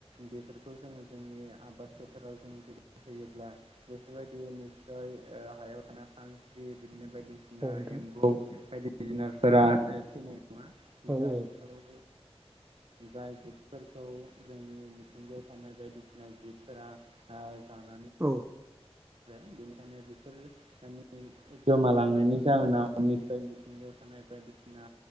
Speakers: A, on the right; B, on the right.
A: बेफोरखौ जोङो जोंनि आबाद फोथाराव जों होयोब्ला बेफोरबायदि नित्सय ओ हायाव थानाय खानस्रि बिदिनो बायदिसिना
B: औ नोंथां
A: एम्बौ बायदि जुनारफोरा ओ थैनाय नङा
B: औ
A: जायखौ
B: <inaudible>
A: जाय जिबफोरखौ जोंनि मिथिंगायाव थानाय बायदिसिना जिबफोरा ओ जानाय
B: औ
A: बेनिखायनो बेफोरो मानि गोमालांनायनि जाहोनाव निस्सय मिथिंगायाव थानाय बायदिसिना